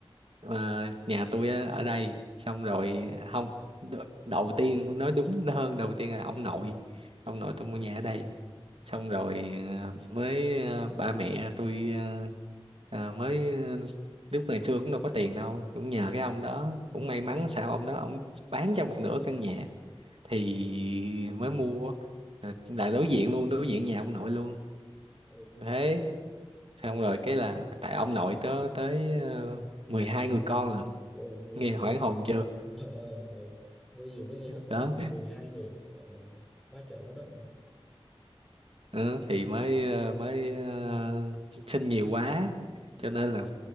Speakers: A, on the right; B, in the centre.
A: Ờ, nhà tôi á, ở đây xong rồi không đ- đầu tiên nói đúng hơn đầu tiên là ông nội ông nội tôi mua nhà ở đây
B: ừ.
A: xong rồi ờ, mới ờ, ba mẹ tôi ờ, ờ, mới ờ, lúc ngày xưa cũng đâu có tiền đâu cũng nhờ cái ông đó cũng may mắn sao ông đó ông bán cho một nửa căn nhà thì mới mua Rồi là đối diện luôn đối diện nhà ông nội luôn
B: ừ.
A: thế
B: ừ.
A: xong rồi cái là tại ông nội tớ tới uh, 12 người con lận
B: Ồ, nhiều
A: nghe
B: dữ
A: hoảng hồn chưa
B: trời ơi ừ. Tôi vừa mới nghe hết hồn
A: đó
B: 12 người rồi quá trời quá đất nha
A: Ờ, thì mới ờ, mới ờ, sinh nhiều quá
B: ừ,
A: cho nên là